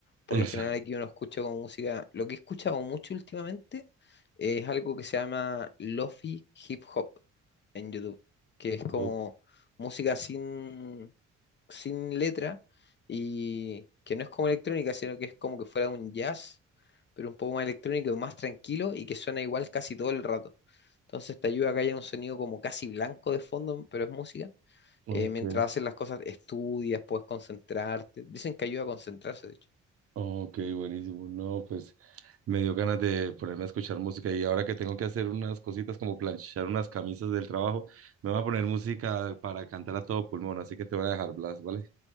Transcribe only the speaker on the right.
Esa.
O-
ok,
ok, buenísimo. No, pues me dio ganas de ponerme a escuchar música y ahora que tengo que hacer unas cositas como planchar unas camisas del trabajo, me voy a poner música para cantar a todo pulmón, así que te voy a dejar, Blas, ¿vale?